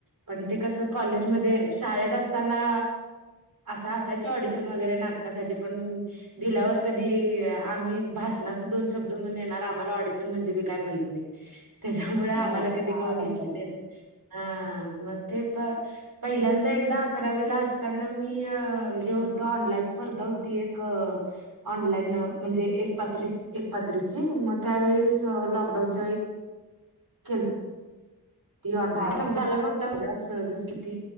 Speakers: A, on the right; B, on the right.
A: पणं ते कसं - कॉलेजमध्यें शाळेंत असतांना. असं असायचं की ऑडिशन वगैरें नाटकांसाठी पणं. दिल्यांवर कधीं आम्हीं भाषणांचे दोन शब्दं म्हणूंन येणारं आम्हांला ऑडिशन म्हणजे कायं? माहित नाहीं. त्यांच्यामुळे आम्हांला
B: माहित
A: कधीं
B: आहे. हा
A: कवां घेतली
B: बरोबर आहे
A: नाहीं
B: की.
A: हां मंग ते प. पहिल्यांदा एकदां अकरावीेला असतांना मी हे होतो ऑनलाईन.. स्पर्धा होती एक.. ऑनलाईन म्हणजे एक पात्री एक पात्रीची मगं त्यांवेळेस लॉकडाऊनच्यां वेळी.. केलती ऑनलाईन
B: हा
A: नं
B: हा.
A: भरंला नव्हतां माझां सहंज किती